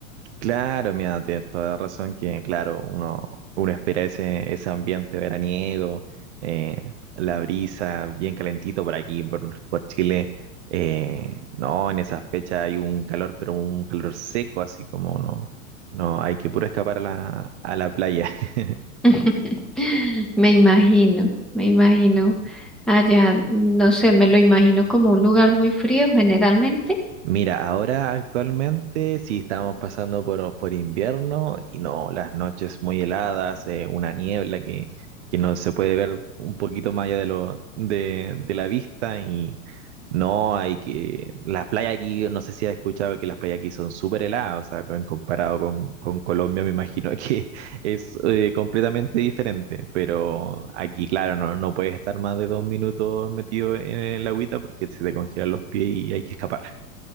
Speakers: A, on the right; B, in the centre.
A: Claro, mira, tienes toda la razón que, claro, uno, uno espera ese, ese ambiente veraniego, eh, la brisa bien calentito por aquí, por, por Chile. eh, no, en esa fecha hay un calor, pero un calor seco, así como no, no, hay que puro escapar a la, a la playa. <laughs>
B: <laughs> Me imagino, me imagino allá, no sé, me lo imagino como un lugar muy frío generalmente.
A: Mira, ahora actualmente sí estamos pasando por, por invierno y no, las noches muy heladas, eh, una niebla que, que no se puede ver un poquito más allá de, lo, de, de la vista y no hay que... Las playas aquí, no sé si has escuchado que las playas aquí son súper heladas, o sea, con- comparado con, con Colombia me imagino que <laughs> es eh, completamente diferente, pero aquí claro, no, no puedes estar más de dos minutos metido en el agüita porque se te congelan los pies y hay que escapar.